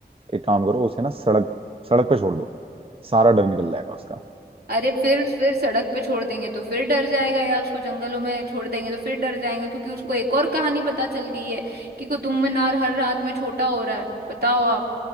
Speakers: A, on the right; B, on the right.
A: एक काम करो उसे ना सड़क सड़क पे छोड़ दो सारा डर निकल जाएगा उसका
B: अरे फिर फिर सड़क पे छोड़ देंगे तो फिर डर जाएगा या उसको जंगलों में छोड़ देंगे तो फिर डर जाएगा क्योंकि उसको एक और कहानी पता चल गई है कि कुतुब मीनार हर रात में छोटा हो रहा है बताओ आप